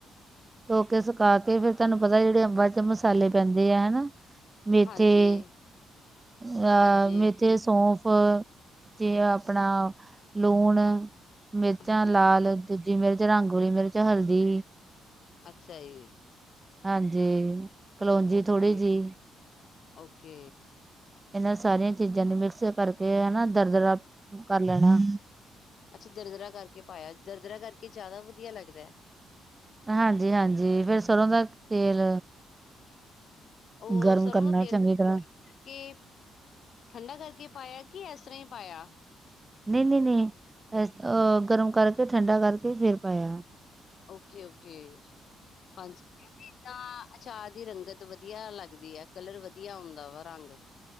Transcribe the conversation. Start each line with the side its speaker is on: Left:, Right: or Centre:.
Right: ਧੋ ਕੇ ਸੁਕਾ ਕੇ ਫਿਰ ਤੁਹਾਨੂੰ ਪਤਾ ਜਿਹੜੇ ਅੰਬਾਂ ਚ ਮਸਾਲੇ ਪੈਂਦੇ ਆ ਹਨਾ। ਮੇਥੇ
Left: ਹਾਂਜੀ
Right: <inaudible> ਅ
Left: ਹਾਂਜੀ
Right: ਮੇ ਤੇੇ ਸੌਫ <inaudible> ਤੇ ਆਪਣਾ ਲੂਣ ਮਿਰਚਾਂ
Left: ਹਾਂਜੀ
Right: ਲਾਲ, ਦੂਜੀ ਮਿਰਚ ਰੰਗ ਵਾਲੀ ਮਿਰਚ, ਹਲਦੀ
Left: ਅੱਖਾਂ ਜੀ।
Right: ਹਾਂਜੀ ਕਲੋਂਜੀ
Left: ਓਕੇ,
Right: ਥੋੜ੍ਹੀ ਜਿਹੀ
Left: ਓਕੇ।
Right: ਇਹਨਾਂ ਸਾਰੀਆਂ ਚੀਜ਼ਾਂ ਨੂੰ ਮਿਕਸਰ ਕਰਕੇ ਹਨਾ ਦਰ-ਦਰਾ ਕਰ ਲੈਣਾ
Left: ਅੱਛਾ ਦਰਦਰਾ ਕਰਕੇ ਪਾਇਆ ਦਰਦਰਾ ਕਰਕੇ ਜ਼ਿਆਦਾ ਵਧੀਆ ਲੱਗਦੈ।
Right: ਹਾਂਜੀ-ਹਾਂਜੀ ਫੇਰ ਸਰ੍ਹੋਂ ਦਾ ਤੇਲ
Left: ਉਹ
Right: ਗਰਮ
Left: ਸਰੋਂ
Right: ਕਰਨਾ
Left: ਦਾ ਤੇਰ
Right: ਚੰਗੀ
Left: ਤੁਸੀਂ
Right: ਤਰ੍ਹਾਂ
Left: ਗਰਮੀਂ ਕਰਕੇ, ਠੰਡਾ ਕਰਕੇ ਪਾਇਆ ਕਿ ਇਸ ਤਰ੍ਹਾਂ ਹੀ ਪਾਇਆ।
Right: ਨਹੀਂ-ਨਹੀਂ-ਨਹੀਂ ਹ ਗਰਮ ਕਰਕੇ ਠੰਡਾ ਕਰਕੇ ਫੇਰ ਪਾਇਆ।
Left: ਓਕ-ਓਕੇ, ਹਾਂਜੀ ਚਾਹ ਦੀ ਰੰਗਤ ਵਧੀਆ ਲੱਗਦੀ ਆ ਕਲਰ ਵਧੀਆ ਆਉਂਦਾ ਵਾ ਰੰਗ